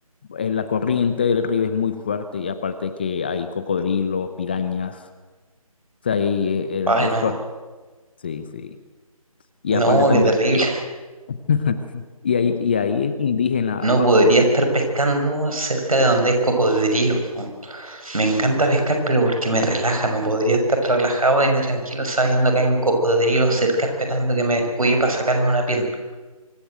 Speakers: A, on the left (about 15°); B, on the right (about 70°).
A: eh, la corriente del río es muy fuerte y aparte que hay cocodrilos, pirañas, o sea, ahí eh,
B: Ay,
A: eh,
B: no,
A: es fuerte. Sí, sí. Y
B: no,
A: aparte también
B: qué terrible.
A: que
B: <laughs>
A: <laughs> Y ahí, y ahí indígenas,
B: No
A: o
B: podría
A: por lo menos.
B: estar pescando cerca de donde hay cocodrilos. Me encanta pescar, pero porque me relaja, no podría estar relajado ni tranquilo sabiendo que hay un cocodrilo cerca esperando que me descuide para sacarme una pierna.